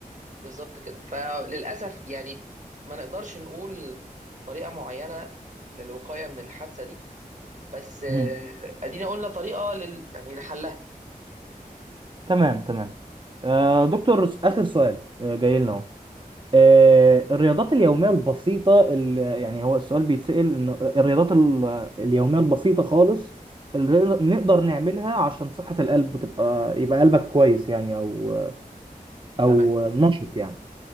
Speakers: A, on the right; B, on the right.
A: بالظبط كده فللاسف يعني ما نقدرش نقول طريقه معينه للوقايه من الحادثه دي بس آه،
B: ده
A: ادينا قلنا طريقه لل يعني لحلها
B: تمام تمام آه دكتور آخر سؤال آه جاي لنا اهو آه الرياضات اليومية البسيطة اللي يعني هو السؤال بيتسأل إن الرياضات ال- اليومية البسيطة خالص اللي نقدر نعملها عشان صحة القلب تبقى يبقى قلبك كويس يعني أو أو
A: تمام
B: نشط يعني